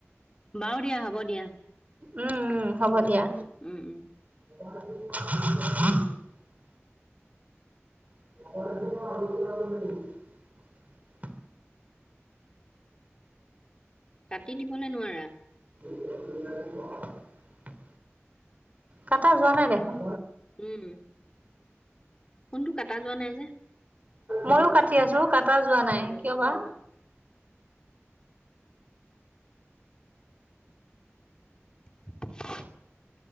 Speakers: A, on the left; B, on the right.
A: বাৰু দিয়া হ'ব দিয়া
B: উম, উম হ'ব দিয়া।
A: উম, উম
B: <unintelligible> <unintelligible>
A: কাটি দিবনে নোৱাৰা
B: <unintelligible> কাটা যোৱা নাই দেখোন।
A: উম ফোনটো কটা যোৱা নাই যে
B: মইয়ো কাটি আছো কটা যোৱা নাই কিয়বা
A: <unintelligible>